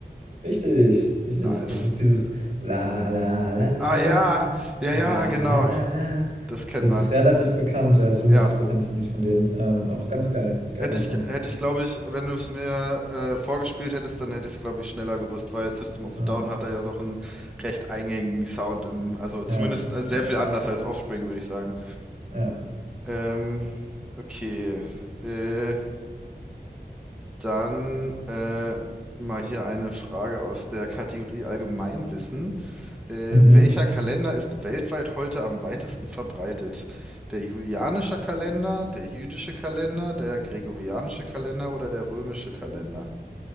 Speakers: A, on the right (about 45°); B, in the centre.
A: Richtig, richtig.
B: Nice.
A: Das ist dieses La la la la
B: Ah
A: la
B: ja, ja,
A: la
B: ja, genau.
A: la la la.
B: Das kennt
A: Das
B: man.
A: ist relativ bekannt. Ja, ist somit
B: Ja,
A: das bekannteste Lied von denen. Ähm, auch ganz geil. Geiler
B: hätte ich,
A: Song.
B: hätte ich, glaube ich, wenn du es mir äh, vorgespielt hättest, dann hätte ich es, glaube ich, schneller gewusst, weil System of
A: Ja,
B: a Down hat da ja doch einen recht eingängigen Sound im, also zumindest
A: ja,
B: äh, sehr
A: ja.
B: viel anders als Offspring, würde ich sagen.
A: ja.
B: Ähm, okay. Äh, dann äh, mal hier eine Frage aus der Kategorie Allgemeinwissen. Äh,
A: Mhm.
B: welcher Kalender ist weltweit heute am weitesten verbreitet? Der julianische Kalender, der jüdische Kalender, der gregorianische Kalender oder der römische Kalender?